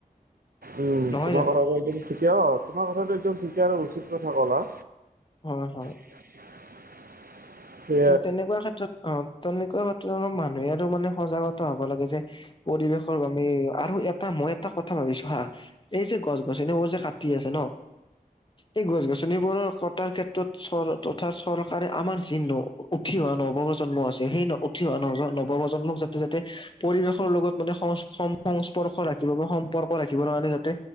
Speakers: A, on the right; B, on the left.
A: উম
B: নহয়
A: তোমাৰ
B: জানো?
A: কথাটো একদম ঠিকে আও তোমাৰ কথাটো একদম ঠিকে আৰু উচিত কথা কলা।
B: হয় হয়।
A: <unintelligible>
B: তেনেকুৱা ক্ষেত্ৰত অ তনেকুৱা ক্ষেত্ৰত মানুহে আৰু মানে সজাগতা হ'ব লাগে যে পৰিৱেশৰ আমি আৰু এটা মই এটা কথা ভাবিছো হা এই যে গছ গছনি বোৰ যে কাটি আছে ন এই গছ গছনিবোৰ কটাৰ ক্ষেত্ৰত চৰ তথা চৰকাৰে আমাৰ চিহ্ন উঠি অহা নৱপ্ৰজন্ম আছে সেই ন উঠি অহা ন নৱপ্ৰজন্মক যাতে যাতে পৰিৱেশৰ লগত মানে সং সংস্পৰ্শ ৰাখিব বা সম্পৰ্ক ৰাখিবৰ কাৰণে যাতে